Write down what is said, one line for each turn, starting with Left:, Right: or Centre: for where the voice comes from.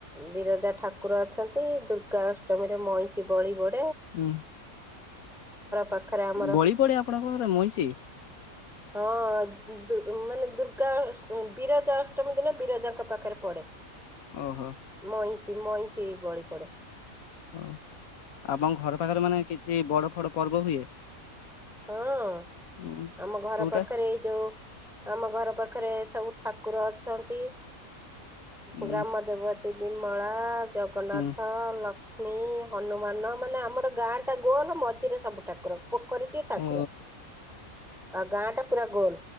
Centre: ବିର ଯା, ଠାକୁର ଅଛନ୍ତି, ଦୁର୍ଗା ଅଷ୍ଟମୀରେ ମଇଁଷି ବଳି ବଳି
Left: ହୁଁ
Centre: ପାଖରେ ଆମର
Left: ବଳି ପଡେ ଆପଣଙ୍କରେ ମଇଁଷି
Centre: ହଁ ମାନେ ଦୁର୍ଗା ବିରଜା ଅଷ୍ଟମୀ ଦିନ ବିରଜାଙ୍କ ପାଖରେ ପଡେ।
Left: ଓହୋ।
Centre: ମଇଁଷି ମଇଁଷି ବଳି ପଡ଼େ।
Left: ହ ଆପଣ ଘର ପାଖରେ ମାନେ କିଛି ବଡ ଫଡ ପର୍ବ ହୁଏ?
Centre: ହଁ
Left: ଉଁ
Centre: ଆମ ଘର
Left: କୋଉଟା
Centre: ପାଖରେ ଏଇ ଯୋଉ ଆମ ଘର ପାଖରେ ସବୁ ଠାକୁର ଅଛନ୍ତି,
Left: ଉଁ
Centre: ଗ୍ରାମ ଦେବତୀ ବିମଳା ଜଗନ୍ନାଥ,
Left: ହୁଁ
Centre: ଲ କ୍ଷ୍ମୀ ହନୁମାନ, ମାନେ ଆମର ଗାଁ ଟା ଗୋଲ ମଝିରେ ସବୁ ଠାକୁର ପୋଖରୀ ଠାକୁର
Left: ଓ
Centre: ଗାଁ ଟା ପୁରା ଗୋଲ